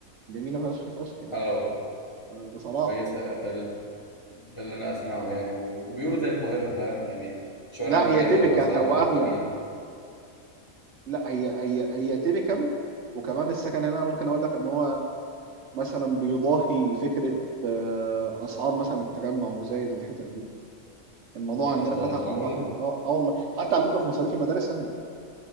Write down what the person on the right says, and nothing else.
جميله فشخ فشخ يعني
آه، بصراحه
آه.
لا هي
تيبيكال
هو
اغلى لا هي هي هي تيبيكال وكمان السكن هنا ممكن اقول لك ان هو مثلا بيضاهي فكره آه، اسعار مثلا التجمع وزايد والحتت دي الموضوع
عندنا
فتح
على البحر يعني. اه اه والله حتى على فكره في مصاريف المدارس انا